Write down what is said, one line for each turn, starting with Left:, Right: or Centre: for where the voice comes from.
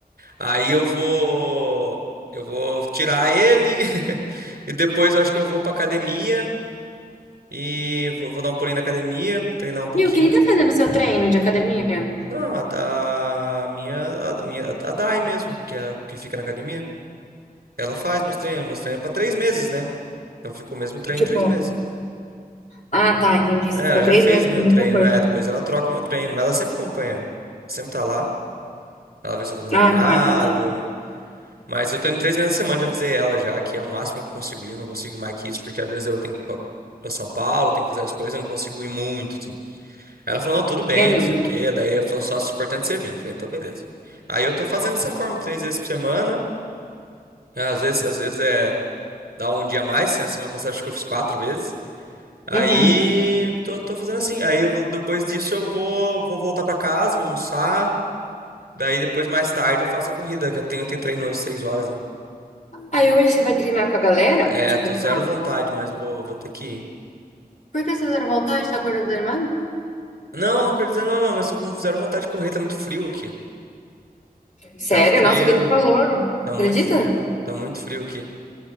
Right: Aí eu vou. Eu vou tirar ele. <laughs> E depois eu acho que eu vou pra academia. E vou, vou dar um pulinho na academia, treinar um pouquinho.
Left: Viu, quem tá fazendo seu treino de academia?
Right: Não, a, da- a minha. A, da minha, a Dai mesmo, que, é, a- que fica na academia. Ela faz meus treinos. Meus treinos é pra três meses, né? Então ficou o mesmo treino
Left: Tipo,
Right: três meses.
Left: ah, tá, entendi.
Right: É,
Left: Você fica
Right: ela já
Left: três
Right: fez
Left: meses
Right: meu
Left: com a mesma
Right: treino,
Left: coisa.
Right: é. Depois ela troca meu treino, mas ela sempre acompanha. eu. Sempre tá lá. Ela vê se eu tô fazendo
Left: Ah,
Right: errado.
Left: tá, entendi.
Right: Mas eu tô indo três meses na semana, já avisei ela já, que é o máximo que eu consigo ir. Eu não consigo ir mais que isso, porque às vezes eu tenho que ir pra, pra São Paulo, tenho que fazer as coisas, eu não consigo ir muito, assim. Aí ela falou, não, tudo bem,
Left: É, não.
Right: não sei
Left: tá.
Right: o quê. Daí eu falou, só, é importante você vir. Eu Falei, então beleza. Aí eu tô fazendo dessa forma, três vezes por semana. Às vezes, às vezes é, dá um dia a mais, assim, na semana passada acho que eu fiz quatro vezes. Aí
Left: Uhum.
Right: tô, tô fazendo assim. Aí eu vou- depois disso eu vou, vou voltar pra casa, vou almoçar. Daí depois mais tarde eu faço a corrida, que eu tenho, tenho treino hoje seis horas, né?
Left: Aí hoje você vai treinar com a galera?
Right: É,
Left: Tipo,
Right: tô zero
Left: com a...
Right: vontade, mas vou, vou ter que ir.
Left: Por que você tá à vontade? Tá acordando desanimado?
Right: Não, não quero dizer não, não, mas tô com zero vontade de correr, tá muito frio aqui.
Left: Sério?
Right: Tá frio,
Left: Nossa, aqui tá calor.
Right: tá
Left: Acredita?
Right: muito frio, tá muito frio aqui.